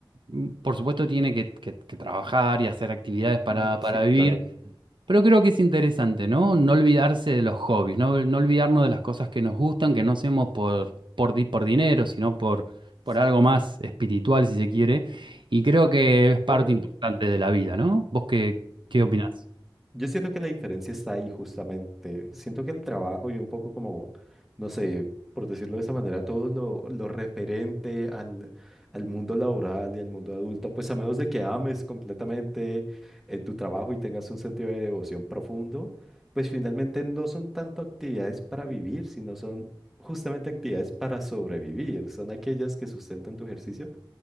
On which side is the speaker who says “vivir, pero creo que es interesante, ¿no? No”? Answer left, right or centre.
Right